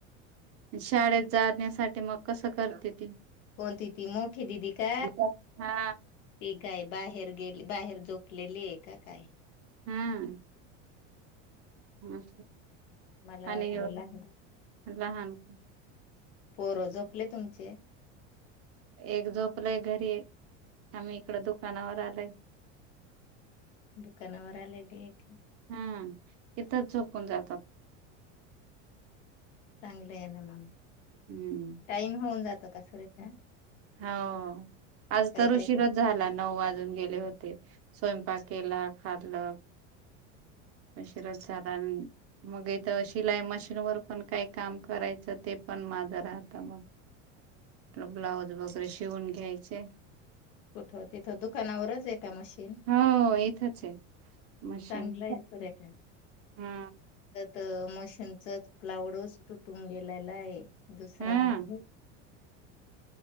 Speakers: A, on the right; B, on the left.
A: शाळेत जाण्यासाठी मग कसं? करते ती,
B: कोणती ती मोठी दिदी का?
A: हा
B: ती काय. बाहेर गेली, बाहेर झोपलेली आहे की काय?
A: हा. मा
B: मला
A: आणि
B: वाटलं लहान
A: लहान.
B: पोरं झोपले तुमचे?
A: एक झोपलय घरी, आम्ही इकड दुकानावर आलय.
B: दुकानावर आले की एक.
A: हा इथंच झोपून जातात.
B: चांगलं आहे ना मग,
A: हम्म
B: टाईम होऊन जातो का? सुरेखा
A: हाव आज
B: काय
A: तर
B: काय
A: उशीरच
B: कर
A: झाला, नऊ वाजून गेले होते स्वयंपाक केला, खाल्ल उशीरच झाला आणि मग इथ शिलाई मशीन वर पण काय काम करायचं ते पण माझं राहत मग ब्लाऊज वगैरे शिवून घ्यायचे
B: कुठं? तिथं दुकानावरच एक मशीन?
A: हो इथंच आहे मशीन
B: चांगलं आहे
A: हा
B: त मशीनचा प्लायवूडूच तुटून गेलेला आहे दुसरा
A: हा
B: नाही